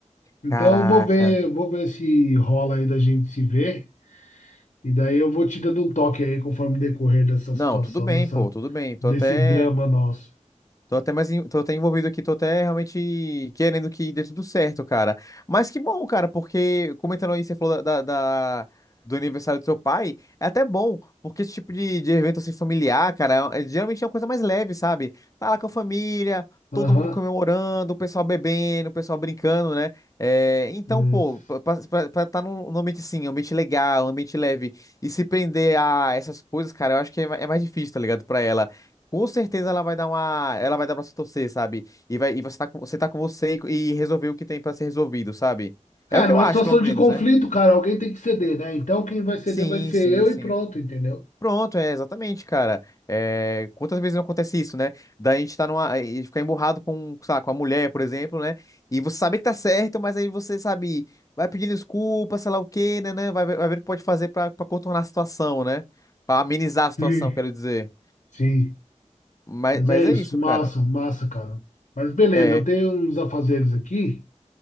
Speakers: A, on the left; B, on the left.
A: Então,
B: caraca.
A: eu vou ver, vou ver se rola aí da gente se ver. E daí eu vou te dando um toque aí conforme decorrer dessa
B: Não,
A: situação,
B: tudo bem,
A: dessa,
B: pô, tudo bem. Tô
A: desse
B: até.
A: drama nosso.
B: Tô até mais, em- tô até envolvido aqui, tô até realmente querendo que dê tudo certo, cara. Mas que bom, cara, porque comentando aí, você falou da, da- da- do aniversário do seu pai, é até bom, porque esse tipo de, de evento assim familiar, cara, é, é, geralmente é uma coisa mais leve, sabe? Tá lá com a família,
A: Aham.
B: todo mundo comemorando, o pessoal bebendo, o pessoal brincando, né? É, então,
A: Mas-
B: pô, pra, pra, pra- tá num, num ambiente assim, um ambiente legal, um ambiente leve, e se prender a essas coisas, cara, eu acho que é, ma- é mais difícil, tá ligado, pra ela. Com certeza ela vai dar uma, ela vai dar pra se torcer, sabe? E vai, e você tá com, você tá com você e, e resolver o que tem pra ser resolvido, sabe? É
A: É,
B: o que
A: numa
B: eu acho,
A: situação
B: pelo menos,
A: de conflito,
B: né?
A: cara, alguém tem que ceder, né? Então quem vai ceder
B: Sim,
A: vai ser
B: sim,
A: eu
B: sim.
A: e pronto, entendeu?
B: Pronto, é exatamente, cara. É, quantas vezes não acontece isso, né? Da gente tá numa, e ficar emburrado com, sei lá, com a mulher, por exemplo, né? E você sabe que tá certo, mas aí você sabe, vai pedindo desculpa, sei lá o quê, né, né? Vai, ver- vai ver o que pode fazer pra, pra contornar a situação, né? Pra amenizar a situação,
A: Sim.
B: quero dizer.
A: Sim.
B: Mas,
A: Mas
B: mas
A: é isso,
B: é isso,
A: massa,
B: cara.
A: massa, cara. Mas beleza,
B: É,
A: eu tenho uns afazeres aqui.